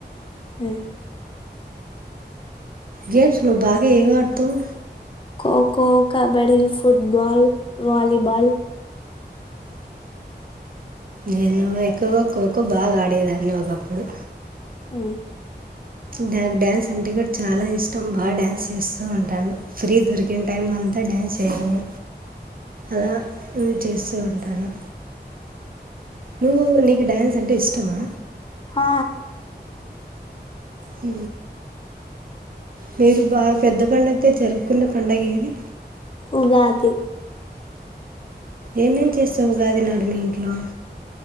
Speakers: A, on the left (about 30°); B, on the right (about 55°).
A: మ్
B: గేమ్స్ నువ్వు బాగా ఏం ఆడ తవ్
A: ఖోఖో కబడ్డి ఫుట్బాల్ వాలిబాల్
B: నేను ఎక్కువగా ఖో బాగా ఆడేదాన్ని ఒకప్పుడు
A: మ్
B: నాకు డ్యాన్స్ అంటే కూడా చాలా ఇష్టం టం బాగా డ్యాన్స్ చేస్తా ఉంటా టాన్ ఫ్రీ దొరికిన టైం అంతా డ్యాన్స్ చేయడమే అలా నేను చేస్తూ ఉంటాను నువ్వు నీకు డ్యాన్స్ అంటే ఇష్టమా
A: ఆ
B: అ మీరు బాగా పెద్ద పండుగ జరుపుకున్న పండుగ ఏది
A: ఉగాది
B: ఏమేం చేస్తావు ఉగాది నాడు మీ ఇంట్లో